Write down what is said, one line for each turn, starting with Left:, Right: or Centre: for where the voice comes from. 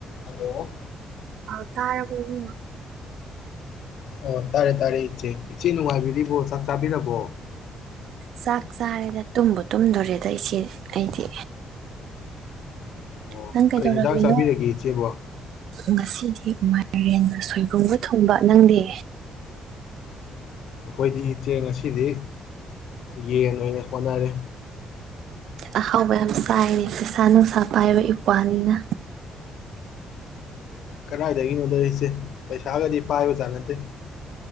Left: ꯍꯂꯣ
Right: ꯑ ꯇꯥꯔꯦ ꯑꯣꯏ
Left: ꯑꯣ ꯇꯥꯔꯦ ꯇꯥꯔꯦ ꯏꯆꯦ ꯏꯆꯦ ꯅꯨꯡꯉꯥꯏꯕꯤꯔꯤꯕꯣ ꯆꯥꯛ ꯆꯥꯕꯤꯔꯕꯣ
Right: ꯆꯥꯛ ꯆꯥꯔꯦꯗ ꯇꯨꯝꯕ ꯇꯨꯝꯗꯣꯔꯦꯗ ꯏꯆꯦ ꯑꯩꯗꯤ
Left: ꯑꯣ
Right: ꯅꯪ ꯀꯩꯗꯧꯔꯝꯃꯤꯅꯣ
Left: ꯀꯩ ꯍꯦꯟꯖꯥꯡ ꯆꯥꯕꯤꯔꯒꯦ ꯏꯆꯦꯕꯣ
Right: ꯉꯁꯤꯗꯤ ꯃꯥꯏꯔꯦꯟꯒ ꯁꯣꯏꯕꯨꯝꯕꯨ ꯊꯨꯡꯕ ꯅꯪꯗꯤ
Left: ꯑꯩꯈꯣꯏꯗꯤ ꯆꯦꯡ ꯑꯁꯤ ꯀꯗꯤ ꯌꯦꯟ ꯑꯣꯏꯅ ꯍꯣꯠꯅꯔꯦ
Right: ꯑꯍꯥꯎꯕ ꯌꯥꯝ ꯆꯥꯏꯔ ꯄꯩꯁꯥ ꯅꯨꯡꯁꯥ ꯄꯥꯏꯕ ꯏꯄ꯭ꯋꯥꯅꯤꯅ
Left: ꯀꯗꯥꯏꯗꯒꯤꯅꯣꯗꯣ ꯏꯆꯦ ꯄꯩꯁꯥꯒꯗꯤ ꯄꯥꯏꯕꯖꯥꯠ ꯅꯠꯇꯦ